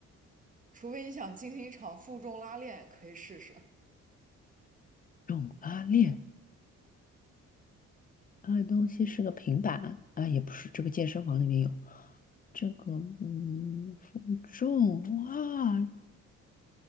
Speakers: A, on the right; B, on the left.
A: 除非你想进行一场负重拉练，可以试试。
B: 用拉链。那个东西是个平板啊，也不是，这个健身房里面有这个，嗯，负重哇，